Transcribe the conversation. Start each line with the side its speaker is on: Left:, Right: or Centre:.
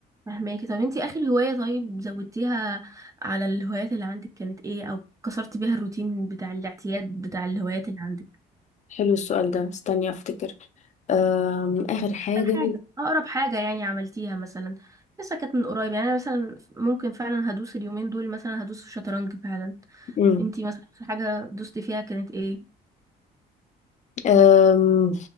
Right: وفهماكي طب انتي اخر هوايه طيب زودتيها على الهوايات اللي عندك كانت ايه او كسرت بيها الروتين بتاع الاعتياد بتاع الهوايات اللي عندك
Left: حلو السؤال ده استني افتكر أم... اخر حاجة
Right: اخر حاجة أقرب حاجة يعني عملتيها مثلا لسه كانت من قريب يعني أنا مثلا ممكن فعلا هدوس اليومين دول مثلا هدوس في شطرنج فعلا
Left: امم
Right: انتي مثلا في حاجة دوستي فيها كانت ايه؟
Left: أم...